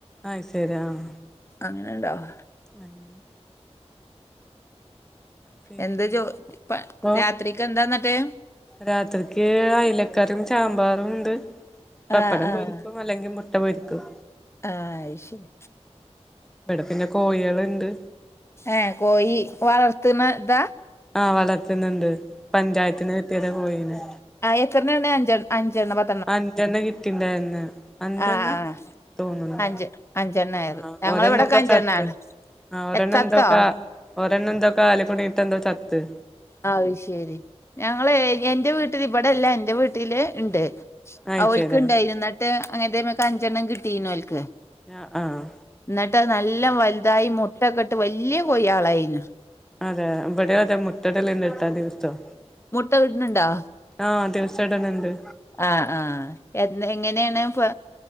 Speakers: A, in the centre; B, on the left.
A: അഹ് ശരി ആഹ്
B: അങ്ങനെ ഉണ്ടാവാർ
A: അങ്ങനെ പിന്നെ
B: എന്താ ജോ പ
A: ഇപ്പൊ
B: രാത്രിക്ക്എന്താന്നട്ട്
A: രാത്രിക്ക് ഐലക്കറിം സാമ്പാറുണ്ട് പപ്പടംപൊരിക്കും
B: ആഹ് ആഹ്
A: അല്ലെങ്കി മുട്ടപൊരിക്കും
B: ആഹ് അത് ശരി
A: ഇബടെ പിന്നെ കോഴിള്ണ്ട്
B: ഏ കോയി വളർത്ത്ണ്താ
A: ആ വളർത്ത്ന്ന്ണ്ട് പഞ്ചായത്തിന്ന് കിട്ടീയതാ കോയിനെ
B: ആ എത്രണ്ണണ്ട് അഞ് അഞ്ചെണ്ണം പ
A: അഞ്ചെണ്ണ കിട്ടിണ്ടായിര്ന്ന് അഞ്ചെണ്ണ
B: ആഹ് ആഹ്
A: തോന്നുണു
B: അഞ്ച് അഞ്ചെണ്ണായത്
A: ആ
B: ഞങ്ങളെ
A: ഓരെണ്ണ
B: ഇവിടൊക്കെ അഞ്ചെണ്ണാണ്
A: ചത്ത് ആ ഓരെണ്ണന്തോ
B: എ- ചത്തോ
A: കാ ഒരെണ്ണന്തോ കാലിക്കുടിങ്ങിട്ടന്തോ ചത്ത്
B: അഹ് ശരി ഞങ്ങള് എൻ്റെ വീട്ടില് ഇവടെല്ല എൻ്റെവീട്ടില് ണ്ട്
A: അത്
B: ഓൽക്ക്ണ്ടായിനി
A: ശരി
B: ന്നട്ട് അങ്ങനത്തെമക്ക് അഞ്ചെണ്ണം കിട്ടീനോൽക്ക്
A: ആഹ് ആഹ്
B: ന്നട്ടത് നല്ല വൽതായി മുട്ടക്കെട്ട് വല്യകോഴീളായിണ്
A: അതെ വിടെ അതെ മുട്ടടല്ണ്ട്ട്ടൊ അധികദിവസം
B: മുട്ട ഇട്ണുണ്ടോ
A: ആ ദിവസടല്ണ്ട്
B: ആഹ് ആഹ് എ എങ്ങനെണ് പൊ